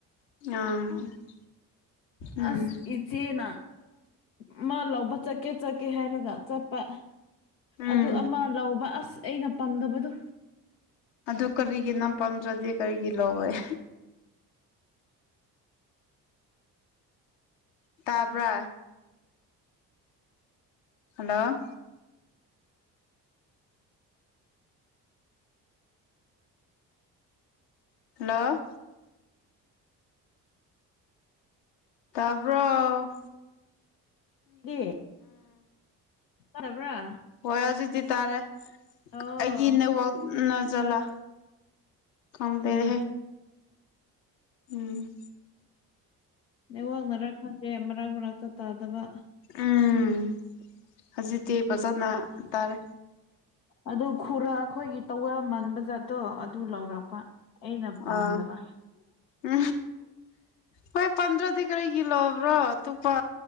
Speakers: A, on the left (about 60°); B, on the left (about 85°).
A: ꯑꯥ <unintelligible> ꯎꯝ
B: ꯑꯁ ꯏ ꯆꯦꯅ ꯑꯃ ꯂꯧꯕ ꯆꯠꯀꯦ ꯆꯠꯀꯦ ꯍꯥꯏꯔꯒ ꯆꯠꯄ
A: ꯎꯝ
B: ꯑꯗꯨ ꯑꯃ ꯂꯧꯕ ꯑꯁ ꯑꯩꯅ ꯄꯥꯝꯗꯕꯗꯨ
A: ꯑꯗꯨ ꯀꯔꯤꯒꯤ ꯅꯝ ꯄꯥꯝꯗ꯭ꯔꯗꯤ ꯀꯔꯤꯒꯤ ꯂꯧꯔꯣꯏ ꯇꯥꯕ꯭ꯔꯥ ꯍꯜꯂꯣ ꯍꯜꯂꯣ ꯇꯥꯕꯔꯣ
B: ꯗꯤ ꯇꯥꯗꯕ꯭ꯔꯥ
A: ꯍꯣꯏ ꯑꯗꯨꯖꯤꯛꯇꯤ ꯇꯥꯔꯦ
B: ꯑꯣ
A: ꯑꯩꯒꯤ ꯅꯦꯠꯋꯥꯛꯅꯖꯠꯂꯥ ꯈꯝꯗꯔꯦꯍꯦ
B: ꯎꯝ
A: ꯎꯝ
B: ꯅꯦꯋꯥꯛꯅꯔ ꯈꯪꯗꯦ ꯃꯔꯛ ꯃꯔꯥꯛꯇ ꯇꯥꯗꯕ
A: ꯎꯝ ꯍꯧꯖꯤꯛꯇꯤ ꯐꯖꯅ ꯇꯥꯔꯦ
B: ꯑꯗꯨ ꯈꯨꯔꯥ ꯑꯩꯈꯣꯏꯒꯤ ꯇꯋꯃꯟ ꯕꯖꯥꯠꯇꯣ ꯑꯗꯨ ꯂꯧꯔꯛꯄ ꯑꯩꯅ ꯄꯥꯝꯗꯕ
A: ꯑ ꯎ ꯍꯣꯏ ꯄꯟꯗ꯭ꯔꯗꯤ ꯀꯔꯤꯒꯤ ꯂꯧꯕ꯭ꯔꯣ ꯑꯇꯣꯞꯄ